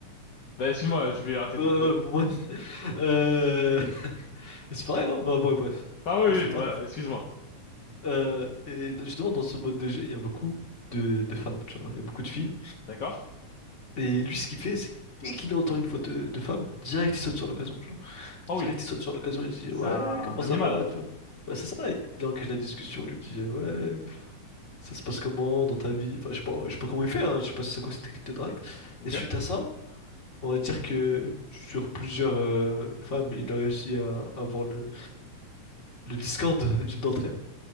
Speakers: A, on the left (about 55°); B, on the left (about 25°).
A: Bah excuse-moi, je vais arrêter
B: Ouais,
A: de
B: ouais,
A: te couper.
B: ouais, pour moi. <laughs> Euh, <laughs> C'est pareil, non? Enfin, bon, ouais, bref,
A: Ah oui,
B: on s'écarte.
A: oui, bah, excuse-moi.
B: Euh, et dans- justement, dans ce mode de jeu, il y a beaucoup de, de femmes, tu vois. Il y a beaucoup de filles.
A: D'accord.
B: Et lui, ce qu'il fait, c'est que dès qu'il entend une voix de, de femme, direct, il saute sur l'occasion, tu vois.
A: Oh
B: Direct,
A: oui,
B: il saute sur l'occasion, il dit
A: c'est
B: «Ouais,
A: un
B: comment
A: animal.
B: ça va?» tu vois. Ouais, c'est ça, il engage la discussion, il lui dit «Ouais, ça se passe comment dans ta vie?» Enfin, je sais pas, je sais pas comment il fait, hein, je sais pas si c'est quoi cette technique de drague.
A: Ok,
B: Et suite à ça, on va dire que sur plusieurs euh, femmes, il a réussi à à avoir le, le Discord <laughs> d'une d'entre elles.